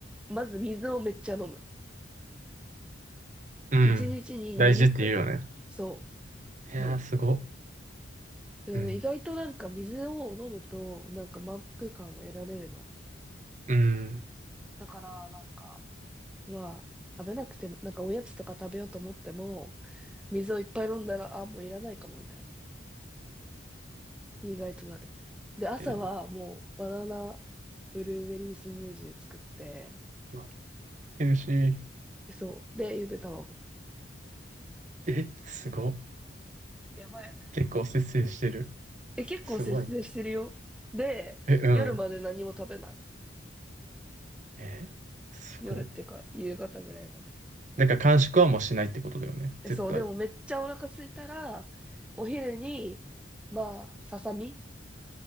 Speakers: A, in the centre; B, on the right.
A: まず水をめっちゃ飲む。
B: うん。
A: 1日に2リットル。
B: 大事って言うよね。
A: そ
B: いやー、
A: う、飲む。
B: すご。
A: それで意外となんか水を飲むとなんか満腹感得られるの。
B: うん。うん。
A: だからなんか、まあ、食べなくても、なんかおやつとか食べようと思っても、水をいっぱい飲んだら、あ、もういらないかもみたいな。意外となる。で、朝はもうバナナ
B: え、
A: ブルーベリースムージー作って、
B: うわヘルシー。
A: そう。で、ゆで卵。
B: え、すご。
A: やばいよね。
B: 結構節制してる。
A: え、結構節制してるよ。
B: すごいね。
A: で、
B: え、うん。
A: 夜まで何も食べない。
B: えすごっ。
A: 夜っていうか、夕方ぐらいまで。
B: なんか完食はもうしないってことだよね。
A: え、
B: 絶対。
A: そう、でもめっちゃお腹空いたら、お昼に、まあ、ささみ